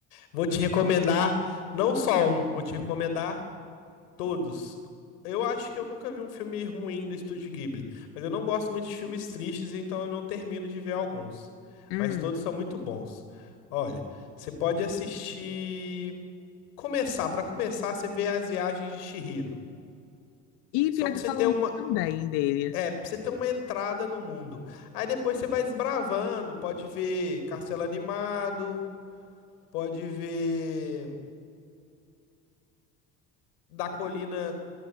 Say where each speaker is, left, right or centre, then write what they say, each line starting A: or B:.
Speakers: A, on the left; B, on the left.
A: Vou te recomendar não só um, vou te recomendar Todos. Eu acho que eu nunca vi um filme ruim do Estúdio Ghibli, mas eu não gosto muito de filmes tristes, então eu não termino de ver alguns.
B: Hum.
A: Mas todos são muito bons. Olha, você pode assistir. Começar, Pra começar, você vê As Viagens de Chihiro.
B: E
A: Só
B: pior
A: pra
B: que falam
A: você ter uma,
B: muito bem dele.
A: é, pra você ter uma entrada no mundo. Aí depois você vai desbravando, pode ver Castelo Animado, pode ver Da Colina